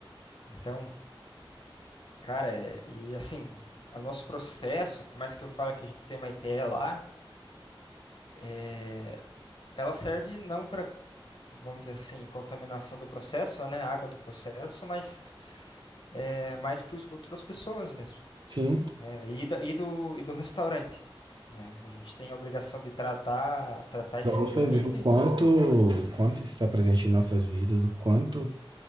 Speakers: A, on the left; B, on the right.
A: Então, cara, é, e assim... O nosso processo, por mais que eu fale que a gente tem uma ITE lá, É, ela serve não para, vamos dizer assim, contaminação do processo, né, água do processo, mas é, mais para o esgoto das pessoas mesmo,
B: sim.
A: né, e, da- e do, e do restaurante, né? A gente tem a obrigação de tratar, tratar esse
B: Para você
A: efluente.
B: ver o quanto, o quanto isso está presente em nossas vidas, o quanto